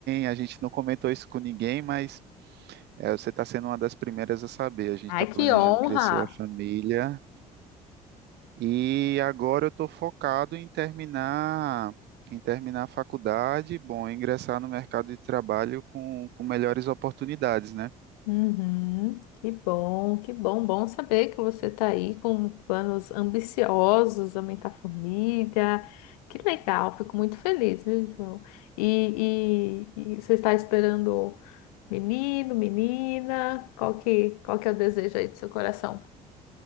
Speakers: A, on the right; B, on the left.
A: A gente não comentou isso com ninguém, mas É, você está sendo uma das primeiras a saber. A gente
B: Ai,
A: está
B: que
A: planejando
B: honra!
A: crescer a família e agora eu estou focado em terminar, em terminar a faculdade, bom, ingressar no mercado de trabalho com, com melhores oportunidades, né?
B: Uhum, que bom, que bom, bom saber que você está aí com planos ambiciosos, aumentar a família. Que legal, fico muito feliz, viu, João? E, e- e você está esperando menino, menina? Qual que, qual que é o desejo aí do seu coração?